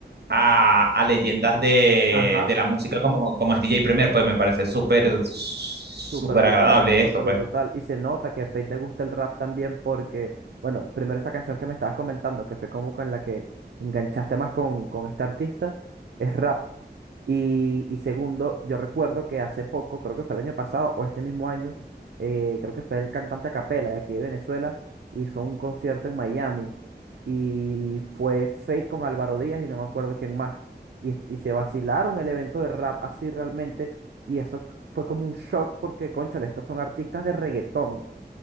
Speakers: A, on the right (about 65°); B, on the right (about 80°).
A: a, a leyendas de,
B: Ajá.
A: de la música como, como es DJ Premier, pues me parece súper, súper
B: Súper brutal,
A: agradable
B: súper
A: esto, pues.
B: brutal. Y se nota que a Fate le gusta el rap también porque, bueno, primero esta canción que me estabas comentando, que fue como con la que enganchaste más con, con este artista, es rap. Y, y segundo, yo recuerdo que hace poco, creo que fue el año pasado o este mismo año, eh, creo que fue el cantante a capela de aquí de Venezuela, hizo un concierto en Miami y fue Fate con Álvaro Díaz y no me acuerdo quién más. Y, y se vacilaron el evento de rap así realmente. Y eso fue como un shock porque, cónchale, estos son artistas de reggaetón